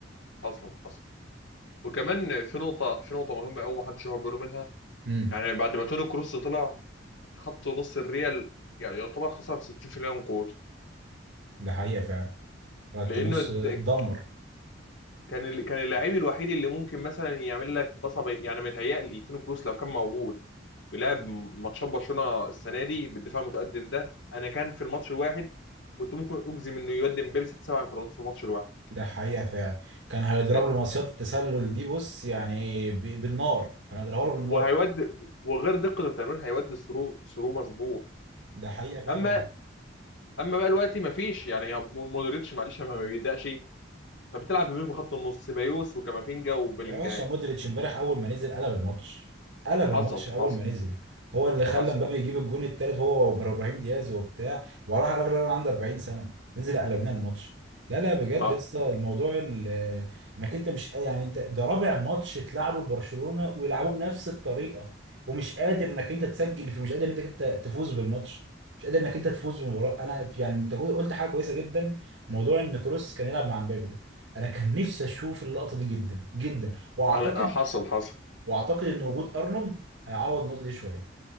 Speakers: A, on the left; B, on the right.
A: حصل حصل وكمان في نقطه في نقطه مهمه قوي ما حدش واخد باله منها
B: امم
A: يعني بعد ما توني كروس طلع خط نص الريال يعني يعتبر خسر 60% من قوته
B: ده حقيقه فعلا خط
A: لانه
B: نص
A: ده
B: دمر
A: كان ال- كان اللاعب الوحيد اللي ممكن مثلا يعمل لك بصه بي... يعني متهيألي توني كروس لو كان موجود ويلعب ماتشات برشلونه السنه دي بالدفاع المتقدم ده انا كان في الماتش الواحد كنت ممكن اجزم انه يودي امبابي ست سبع انفرادات في الماتش الواحد
B: ده حقيقة فعلا كان هيضرب
A: لا
B: له مصيدة التسلل دي بص يعني ب- بالنار كان هيضربها له بالنار
A: وهيودي وغير دقه التمرير هيودي ثرو ثرو مظبوط
B: ده حقيقة فعلا
A: اما
B: والله.
A: اما بقى دلوقتي مفيش يعني هو مو- مودريتش معلش ما ما بيبدأش فبتلعب بمين بخط النص سيبايوس وكامافينجا وبلينجهام
B: يا باشا مودريتش امبارح اول ما نزل قلب الماتش قلب
A: حصل
B: الماتش اول
A: حصل
B: ما نزل هو اللي خلى
A: حصل
B: مبابي يجيب الجون التالت هو وابراهيم دياز وبتاع وراح الراجل اللي عنده 40 سنه نزل قلبنا الماتش لا لا بجد
A: اه
B: يا اسطى الموضوع ال- انك انت مش يعني انت ده رابع ماتش تلعبه لبرشلونه ويلعبوه بنفس الطريقه ومش قادر انك انت تسجل فيه مش قادر انك انت تفوز بالماتش مش قادر انك انت تفوز بالمباراه انا يعني انت قلت حاجه كويسه جدا موضوع ان كروس كان يلعب مع مبابي ده انا كان نفسي اشوف اللقطه دي جدا جدا واعتقد
A: انا حصل حصل
B: واعتقد ان وجود ارنولد هيعوض النقطه دي شويه